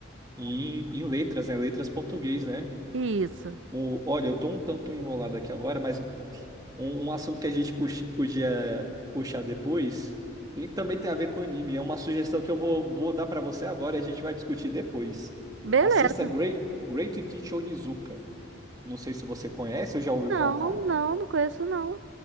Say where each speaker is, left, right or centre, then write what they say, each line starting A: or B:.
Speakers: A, on the right; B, on the right.
A: E, e letras, né? Letras português, né?
B: Isso.
A: O, olha, eu tô um tanto enrolado aqui agora, mas um, um assunto que a gente pux- podia puxar depois, e também tem a ver com anime. É uma sugestão que eu vou, vou dar pra você agora e a gente vai discutir depois.
B: Beleza.
A: Assista Great, Great Teacher Onizuka. Não sei se você conhece ou já ouviu
B: Não,
A: falar,
B: não, não conheço não.